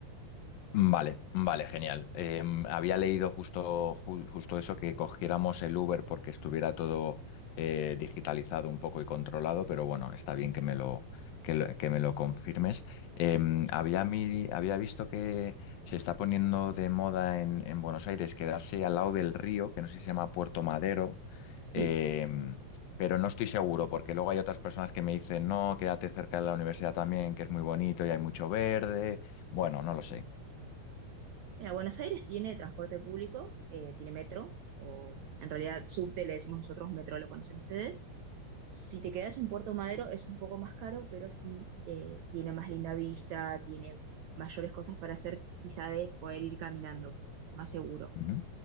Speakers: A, on the left; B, on the right.
A: Vale, vale, genial. Em, había leído justo, ju- justo eso, que cogiéramos el Uber porque estuviera todo eh, digitalizado un poco y controlado, pero bueno, está bien
B: Sí.
A: que me lo, que lo- que me lo confirmes. Em, había, mi- había visto que se está poniendo de moda en, en Buenos Aires quedarse al lado del río, que no sé si se llama Puerto Madero,
B: Sí.
A: em, pero no estoy seguro porque luego hay otras personas que me dicen, no, quédate cerca de la universidad también, que es muy bonito y hay mucho verde. Bueno, no lo sé.
B: Mira, Buenos Aires tiene transporte público, eh, tiene metro, o en realidad subte le decimos nosotros, metro lo conocen ustedes. Si te quedas en Puerto Madero es un poco más caro, pero sí eh, tiene más linda vista, tiene mayores cosas para hacer, quizá de poder ir caminando, más seguro.
A: Ujú, ujú.